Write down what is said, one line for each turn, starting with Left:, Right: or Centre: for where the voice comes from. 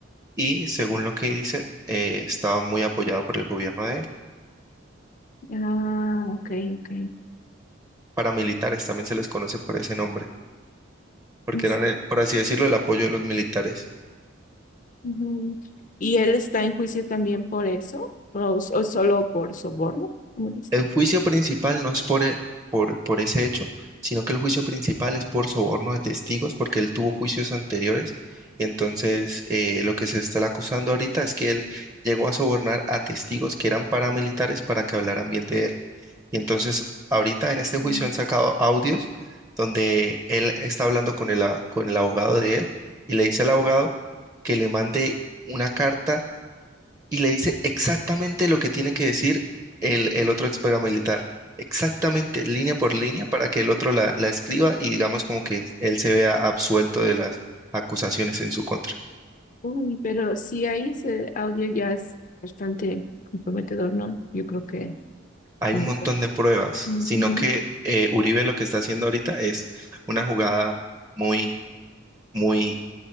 Right: y según lo que dicen, eh, estaban muy apoyados por el gobierno de él.
Left: Ah, ok, ok.
Right: paramilitares, también se les conoce por ese nombre, porque
Left: Mm, Sí,
Right: eran, el- por así decirlo, el apoyo de los militares.
Left: ujú. ¿Y él está en juicio también por eso? ¿O, o solo por soborno? ¿Cómo dice?
Right: El juicio principal no es por, e- por, por ese hecho, sino que el juicio principal es por soborno de testigos, porque él tuvo juicios anteriores, y entonces eh, lo que se está acusando ahorita es que él llegó a sobornar a testigos que eran paramilitares para que hablaran bien de él. Y entonces, ahorita en este juicio
Left: Mm,
Right: han sacado audios donde él está hablando con el, a- con el abogado de él y le dice al abogado que le mande una carta y le dice exactamente lo que tiene que decir el, el otro ex paramilitar. Exactamente, línea por línea, para que el otro la, la escriba y digamos como que él se vea absuelto de las acusaciones en su contra.
Left: Uy, pero si hay ese audio ya es bastante comprometedor, ¿no? Yo creo que,
Right: Hay
Left: no
Right: un montón
Left: sé.
Right: de pruebas,
Left: Ujú,
Right: sino que eh, Uribe lo que está haciendo ahorita es una jugada muy muy